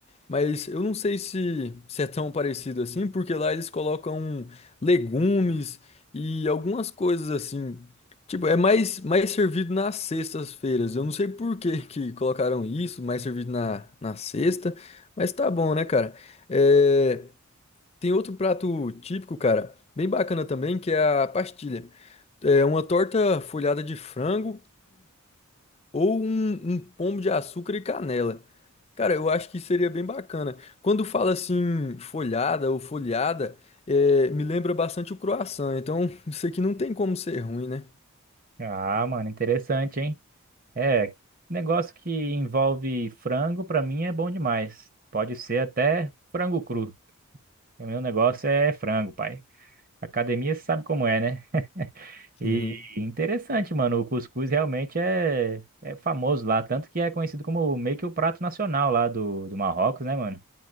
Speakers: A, on the left; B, on the right.
A: Mas eu não sei se, se é tão parecido assim, porque lá eles colocam legumes e algumas coisas assim. Tipo, é mais, mais servido nas sextas-feiras. Eu não sei por que <laughs> que colocaram isso, mais servido na, na sexta, mas tá bom, né, cara? É, tem outro prato típico, cara, bem bacana também, que é a pastilha. É uma torta folhada de frango ou um, um pombo de açúcar e canela. Cara, eu acho que seria bem bacana. Quando fala assim, folhada ou folhada, é, me lembra bastante o croissant. Então, <laughs> isso aqui não tem como ser ruim, né?
B: Ah, mano, interessante, hein? É, negócio que envolve frango, pra mim é bom demais. Pode ser até frango cru. O meu negócio é frango, pai. Academia você sabe como é, né? E
A: <laughs>
B: interessante, mano. O cuscuz realmente é, é famoso lá. Tanto que é conhecido como meio que o prato nacional lá do, do Marrocos, né, mano?